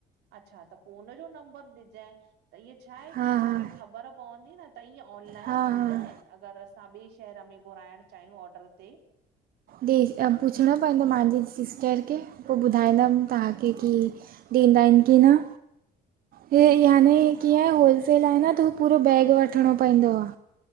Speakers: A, on the right; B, on the right.
A: अच्छा त पोइ हुनज जो नंबर ॾिजाए त इअ छाहे
B: हा
A: की असांखे
B: हा
A: ख़बर पवंदी न त ईअं ऑनलाइन
B: हा
A: ॾींदा
B: हा
A: आहिनि अगरि असां ॿिए शहर में घुराइणु चाहियूं ऑडर ते?
B: कें पुछिणो पवंदो मांजी सिस्टर खे पोइ, ॿुधाईंदमि तव्हांखे की ॾिन्दा आहिनि की न? हे याने कीअं होलसेल आहे न त पूरो बैग वठिणो पवंदो आह।